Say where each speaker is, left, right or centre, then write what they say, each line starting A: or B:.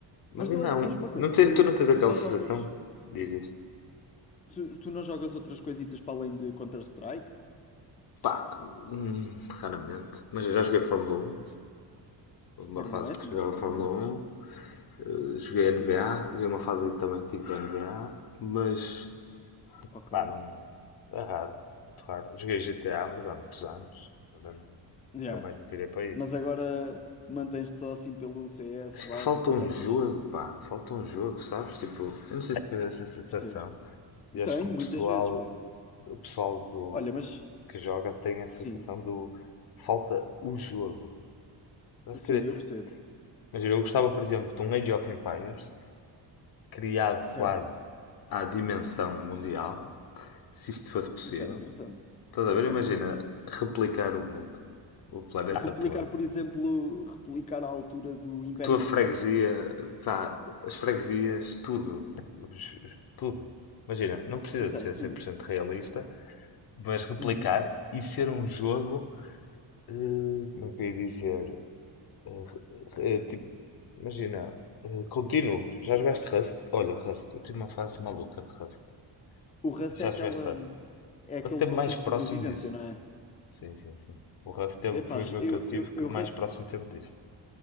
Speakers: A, on the left; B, on the left.
A: Mas
B: Mas tu,
A: ainda
B: olha,
A: há um.
B: diz-me uma coisa,
A: Não tens,
B: tu,
A: tu não tens aquela
B: tu só
A: sensação?
B: jogas,
A: Dizes.
B: tu, tu não jogas outras coisitas para além de Counter-Strike?
A: Pá, hum, raramente. Mas eu já joguei Fórmula 1. Houve uma
B: Fórmula
A: fase
B: 1 é fixe,
A: que jogava
B: Fórmula
A: Fórmula
B: 1 é fixe.
A: 1. eh, Joguei
B: É
A: NBA.
B: fixe.
A: Vi uma fase em que também tive NBA. Mas
B: Ok.
A: Pá, não. É raro, muito raro. Joguei GTA, mas há muitos anos. Agora não,
B: Já.
A: nunca mais me virei para
B: Mas
A: isso.
B: agora mantens-te só assim pelo CS
A: Acho
B: básico
A: que falta
B: e
A: um
B: está
A: jogo,
B: fixe.
A: pá. Falta um jogo, sabes? Tipo, eu não sei se tive essa sensação
B: Percebo-te.
A: e acho
B: Tenho,
A: que o pessoal,
B: muitas vezes, pá.
A: o pessoal do,
B: Olha, mas
A: que joga tem a sensação
B: sim,
A: do falta o jogo. Parece
B: sim,
A: que, imagina,
B: eu percebo-te.
A: eu gostava, por exemplo, de um Age of Empires criado
B: Certo.
A: quase à dimensão mundial, se isto fosse possível.
B: Isso era interessante.
A: Estás a ver?
B: Isso
A: Imagina
B: era interessante.
A: replicar o mundo, o planeta
B: Replicar,
A: todo.
B: por exemplo, replicar a altura do Império
A: Tua freguesia,
B: Romano, por exemplo.
A: pá, as freguesias, tudo, os- os- tudo. Imagina, não precisa
B: Isso
A: de
B: era
A: ser
B: fixe.
A: cem por cento realista, mas replicar
B: Uhum.
A: e ser um jogo, eh, como é que eu ia dizer? Eh, eh, tipo, imagina, eh, contínuo. Já jogaste Rust? Olha, Rust, eu tive uma fase maluca de Rust.
B: O Rust
A: Já
B: é aquela,
A: jogaste Rust?
B: é aquele
A: Rust é
B: conceito
A: mais próximo
B: de sobrevivência,
A: disso.
B: não é?
A: Sim, sim, sim. O Rust teve-
B: Epá,
A: foi
B: j-
A: o jogo
B: eu,
A: que eu tive
B: eu,
A: que
B: eu
A: mais
B: Rust,
A: próximo teve disso.